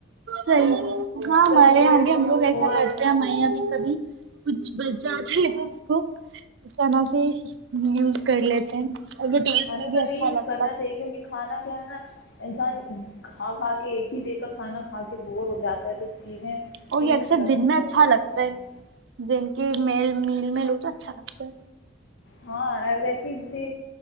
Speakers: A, on the right; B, on the left.
A: صحیح ہاں ہمارے
B: فوڈ
A: یہاں بھی ہم لوگ ایسا
B: ہو
A: کرتے
B: رکھے
A: ہیں ہمارے یہاںب کبھی کچھ بچ جاتا ہے تو اس کو اس طرح سے یوز کر لیتے ہیں اور وہ ٹیسٹ
B: کھانے
A: میں بھی
B: کا
A: اچھا
B: ری یوز
A: لگتا
B: کرنا
A: ہے
B: چاہیے کیونکہ کھانا کیا ہے نا انسان کھا کھا کے ایک ہی و کا کھانا کھا کے بور ہو جاتا ہے تو چیزیں
A: اور
B: چینج
A: یہ اکثر
B: کرنی
A: دن میں
B: چاہیے
A: اچھا لگتا
B: کھانے
A: ہے
B: میں
A: دن کے میل مل ل میں لو تو اچھا لگتا ہے
B: ہاں ویسے جیسے